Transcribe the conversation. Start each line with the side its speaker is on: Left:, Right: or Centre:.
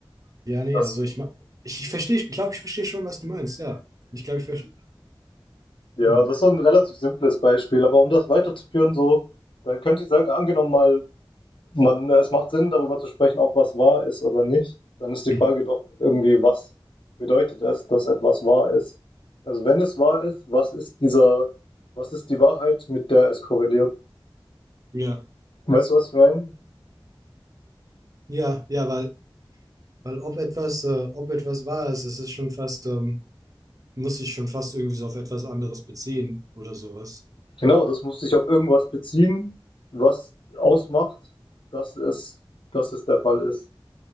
Right: Ja, nee,
Left: Das,
Right: also ich, ma- ich, ich verstehe, ich glaube, ich verstehe schon, was du meinst, ja. Ich glaube, ich verstehe,
Left: ja,
Right: hm.
Left: das ist so ein relativ simples Beispiel, aber um das weiterzuführen, so, dann könnte ich sagen, angenommen mal, man, es macht Sinn, darüber zu sprechen, ob was wahr ist oder nicht. Dann ist die
Right: Mhm.
Left: Frage doch irgendwie, was bedeutet es, dass etwas wahr ist? Also wenn es wahr ist, was ist dieser, was ist die Wahrheit, mit der es korreliert?
Right: Ja.
Left: Weißt du, was ich meine?
Right: Ja, ja, weil, weil ob etwas, äh, ob etwas wahr ist, es ist schon fast, ähm, muss sich schon fast irgendwie so auf etwas anderes beziehen oder sowas.
Left: Genau, das muss sich auf irgendwas beziehen, was ausmacht, dass es, dass es der Fall ist.